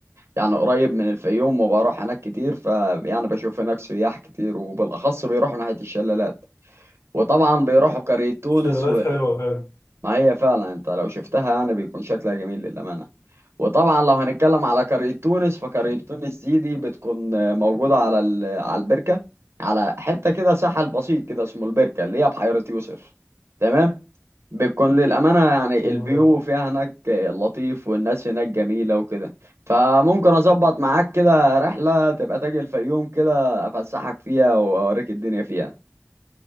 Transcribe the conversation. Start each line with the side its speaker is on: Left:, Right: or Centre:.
Right: يعني قريب من الفيوم وبروح هناك كتير فيعني بشوف هناك سياح كتير وبالأخص بيروحوا ناحية الشلالات وطبعا بيروحوا قرية تونس
Left: الشلالات
Right: و...
Left: حلوة فعلا
Right: ما هي فعلا أنت لو شفتها يعني بيكون شكلها جميل للأمانة وطبعا لو هنتكلم على قرية تونس فقرية تونس دي دي بتكون موجودة على ال... على البركة على حتة كده ساحل بسيط كده اسمه البركة اللي هي بحيرة يوسف تمام بتكون للأمانة يعني
Left: آه، آه.
Right: الفيو فيها هناك لطيف والناس هناك جميلة وكده فممكن أظبط معاك كده رحلة تبقى تاجي الفيوم كده أفسحك فيها وأوريك الدنيا فيها